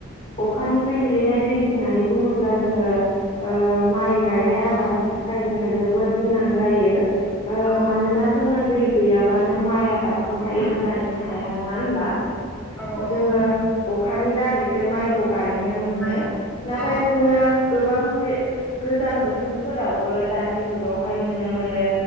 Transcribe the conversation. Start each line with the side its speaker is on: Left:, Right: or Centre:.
Left: अखानिफ्राय गोलैनाय दै होननानै बुङोब्ला जोङो ओ माइ गायनाय आबादनि था खाय जोङो जोबोद गोनां जायो ओ
Centre: औ
Left: मानोना जोङो दै गैयाबानो माइ आबादखौहायो गायनो हाया नङा होनब्ला।
Centre: औ
Left: जोङो
Centre: औ
Left: अखानि दारैसो माइखौ गायनो मोनो
Centre: माइखौ
Left: नाथाय
Centre: औ
Left: जोङो गोबां बे गोजां बोथोरफोरावबो दानि जुगावहाय नुनो मोनो